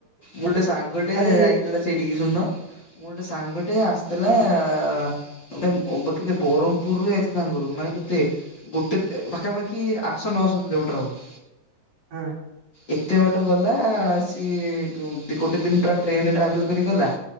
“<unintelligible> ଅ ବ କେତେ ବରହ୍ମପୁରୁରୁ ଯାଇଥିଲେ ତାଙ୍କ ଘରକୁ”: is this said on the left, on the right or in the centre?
Left